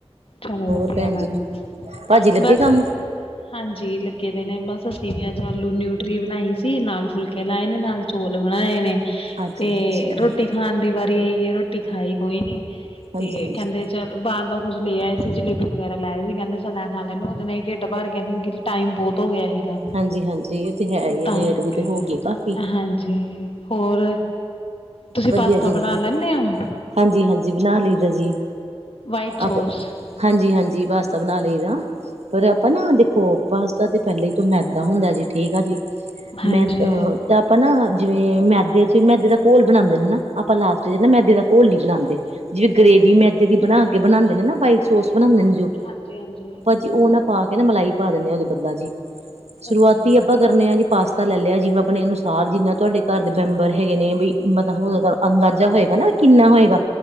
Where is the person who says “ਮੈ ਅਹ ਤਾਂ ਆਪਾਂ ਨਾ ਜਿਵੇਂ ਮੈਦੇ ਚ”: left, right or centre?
Right